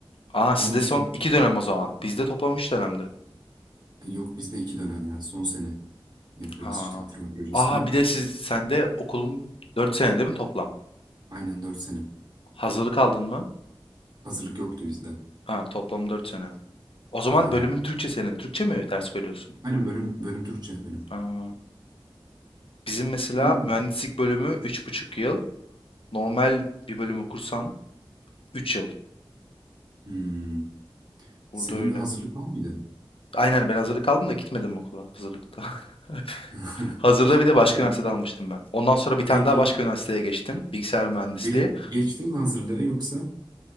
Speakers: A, on the left; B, on the right.
A: Aa sizde
B: Onu sen
A: son iki dönem o zaman. Bizde toplam üç dönemdi.
B: yok bizde iki dönem ya son sene yapıyoruz
A: Aa.
B: işte bitirme projesini.
A: Aa bir de siz sende okulun dört sene değil mi toplam?
B: Aynen dört sene.
A: Hazırlık aldın mı?
B: Hazırlık yoktu bizde.
A: Ha toplam dört sene. O zaman
B: Aynen.
A: bölümün Türkçe senin. Türkçe mi ders koyuyorsun?
B: Aynen bölüm bölüm Türkçe benim.
A: Aa. Bizim mesela
B: Bilmiyorum.
A: mühendislik bölümü üç buçuk yıl. Normal bir bölüm okursan 3 yıl.
B: Hmm. Senin
A: Burada öyle.
B: hazırlık var mıydı?
A: Aynen ben hazırlık aldım da gitmedim okula hazırlıkta.
B: <laughs>
A: <laughs> Hazırlığı bir de başka
B: Direkt
A: üniversitede almıştım ben. Ondan sonra bir
B: direkt,
A: tane daha
B: ge-
A: başka üniversiteye geçtim. Bilgisayar mühendisliği.
B: direkt geçtin mi hazırlığı yoksa